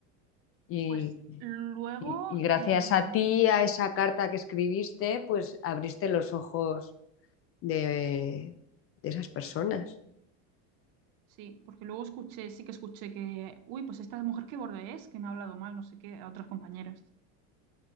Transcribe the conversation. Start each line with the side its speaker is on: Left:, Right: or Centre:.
Left: Y,
Right: Pues luego,
Left: Y, y gracias
Right: em,
Left: a ti, a esa carta que escribiste, pues abriste los ojos de, de esas personas.
Right: sí, porque luego escuché, sí que escuché que, uy, pues esta mujer qué borde es, que me ha hablado mal, no sé qué, a otras compañeras.